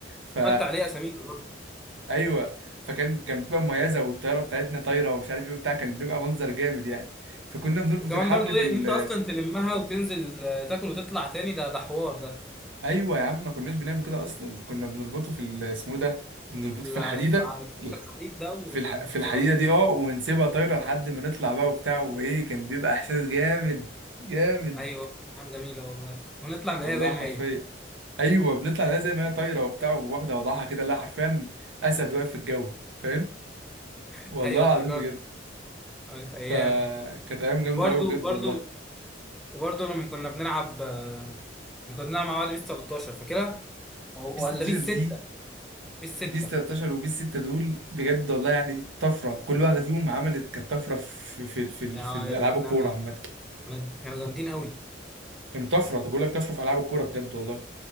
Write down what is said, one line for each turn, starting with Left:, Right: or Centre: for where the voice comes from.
Right: ف...
Centre: حط عليه اسامينا برضه
Right: ايوه فكان كان بتبقى مميزه والطياره بتاعتنا طايره ومش عارف ايه وبتاع كان بيبقى منظر جامد يعني فكنا بنربط
Centre: وكمان
Right: الحبل
Centre: برضه
Right: في
Centre: ايه
Right: ال
Centre: ان انت اصلا تلمها وتنزل آه، تاكل وتطلع تاني ده ده حوار ده
Right: ايوه يا عم ما كناش بنعمل كده اصلا كنا بنربطه في ال- اسمه ده بنربطه
Centre: لا،
Right: في الحديده
Centre: س- على السكه الحديد ده
Right: في
Centre: ونسيبها
Right: الح... في الحديده
Centre: بقى.
Right: دي اه ونسيبها طايره لحد ما نطلع بقى وبتاع وايه كان بيبقى احساس جامد جامد
Centre: ايوه ايام جميله والله ونطلع نلاقيها
Right: والله
Centre: زي
Right: حرفيا
Centre: ما هي
Right: ايوه بنطلع لها زي ما هي طايره وبتاع واخده وضعها كده لا حرفيا اسد واقف في الجو فاهم
Centre: <laughs>
Right: والله
Centre: ايوه افتكرت
Right: العظيم بجد
Centre: آه، كانت ايام
Right: فكانت ايام جامده
Centre: وبرضه
Right: قوي بجد
Centre: برضه
Right: والله
Centre: وبرضه لما كنا بنلعب آه، لما كنا بنلعب مع بعض بيس 13 فاكرها؟ أو
Right: بيس
Centre: ولا
Right: 16
Centre: بيس
Right: دي
Centre: 6 بيس
Right: بيس
Centre: 6
Right: 13 وبيس 6 دول بجد والله يعني طفره كل واحده فيهم عملت كانت طفره في في في,
Centre: يا
Right: في الالعاب
Centre: دين النبي
Right: الكوره عامه
Centre: كانوا كانوا جامدين قوي
Right: كانت طفره طب بقول لك طفره في العاب الكوره بجد والله